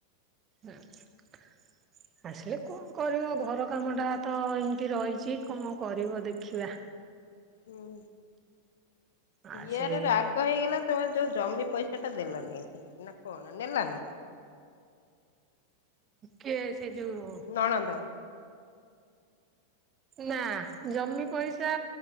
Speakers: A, on the right; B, on the left.
A: ଆସିଲେ କଣ କରିବ ଘର କାମଟା ତ ଏମତି ରହିଚି କଣ କରିବ ଦେଖିବା।
B: ହୁଁ
A: ଆ
B: ଇଆର
A: ସେ
B: ରାଗ ହେଇଗଲା ତମେ ଯୋଉ ଜମି ପଇସାଟା ଦେଲାନି ନା କଣ ନେଲା ନା?
A: କିଏ ସେ ଯୋଉ
B: ନଣନ୍ଦ
A: ନା ଜମି ପଇସା